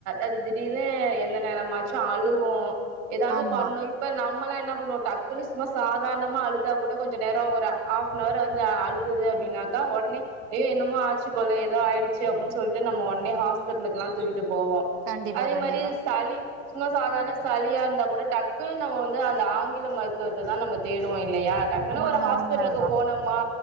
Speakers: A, on the right; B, on the right.
A: அது திடீர்னு எந்த நேரமாச்சு அழுவு ஏதாவது
B: ஆமா
A: பண்ணோய் இப்ப நம்மல்லா என்ன பண்ணுவோ டக்குன்னு சும்மா சாதாரணமா அழுதா கூட கொஞ்ச நேரோ ஒரு ஆஃப் ரோற வந்து அன் அவர் வந்து அழுதுரு அப்டின்னாக்கா ஒடனே ஐயோ என்னமோ ஆச்சு போல ஏதோ ஆயிட்ச்சு அப்டின்னு சொல் <unintelligible> நம்ம ஒன்னே ஹாஸ்பிட்டலுக்குல்லா தூக்கிட்டு போவோ
B: கண்டிப்பா
A: அதே
B: கண்டிப்பா
A: மாதிரி சளி சும்மா சாதாரண சளியா இருந்தா கூட டக்குன்னு நம்ம வந்து அந்த ஆங்கில மருத்துவத்த தா நம்ம தேடுவோ இல்லையார் டக்குன்னு
B: உண்ம
A: ஒரு ஹாஸ்பிட்டலுக்கு
B: உண்மதா
A: போனோமா